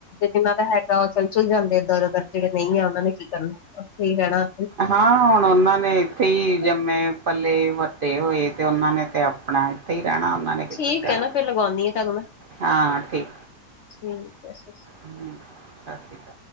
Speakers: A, on the left (about 70°); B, on the right (about 85°).
A: ਜਿੰਨਾ ਦਾ ਹੈਗਾ ਉਹ ਚੱਲ ਚੁਲ ਜਾਂਦੇ ਦਰਰ ਜਿਹੜੇ ਨਹੀਂ ਆ ਉਹਨਾਂ ਨੇ ਕੀ ਕਰਨਾ ਉੱਥੇ ਹੀ ਰੈਣਾ।
B: ਹਾਂ ਹੁਣ ਉਹਨਾਂ ਨੇ ਇੱਥੇ ਹੀ ਜੰਮੇ ਪੱਲੇ ਵੱਡੇ ਹੋਏ ਤੇ ਉਹਨਾਂ ਨੇ ਤੇ ਆਪਣਾ ਇੱਥੇ ਹੀ ਰਹਿਣਾ ਉਹਨਾਂ ਨੇ ਕਿੱਧਰ
A: ਠੀਕ
B: ਜਾਣਾ
A: ਹੈ ਨਾ ਫਿਰ ਲਗਾਉਂਦੀ ਆ ਤੁਹਾਨੂੰ ਮੈਂ
B: ਹਾਂ ਠੀਕ
A: ਠੀਕ ਹੈ ਸਤ ਸ਼੍ਰੀ
B: ਹਮ ਸਤਿ ਸ਼੍ਰੀ ਅਕਾਲ